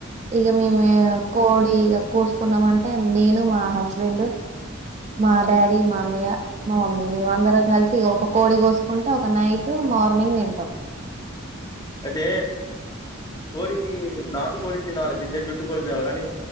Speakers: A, on the right (about 35°); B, on the left (about 20°).
A: ఇగ మేము
B: హ్మ్.
A: కోడి ఇగ కోసుకున్నామంటే నేను మా హస్బెండు మా డాడీ మా అన్నయ్య మా మమ్మీ మేమ అందరం కలిసి ఒక కోడి కోసుకుంటే ఒక నైట్ మార్నింగ్ తింటం
B: అయితే కోడి నాటు కోడి తినాలి తింటే జుట్టు కోడి తినాలి కానీ